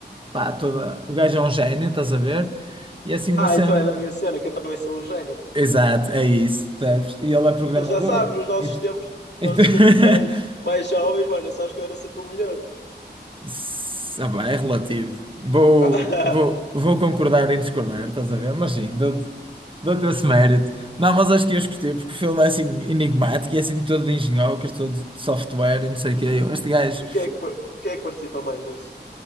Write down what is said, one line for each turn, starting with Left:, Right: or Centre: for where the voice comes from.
Right: Pá, toda. O gajo é um gênio, estás a ver? E é assim uma
Left: Ah,
Right: cena.
Left: então é da minha cena, que eu também sou um gênio.
Right: Exato, é isso, percebes? E ele é programador.
Left: Tu já sabes, nos nossos
Right: E tu-
Left: tempos, nossos
Right: e tu- <laughs>
Left: tempos mais, mais jovens, mano, sabes que eu era sempre o melhor.
Right: S- ah, pá, é relativo. Vou,
Left: <laughs>
Right: vou, vou concordar em discordar, estás a ver? Mas sim, dou-te dou-te esse mérito. Não, mas acho que eu gostei, porque o filme é assim enigmático, e é assim todo de engenhocas, todo de software e não sei o quê. Eu, Este gajo.
Left: E quem é que, par- quem é que participa mais nisso?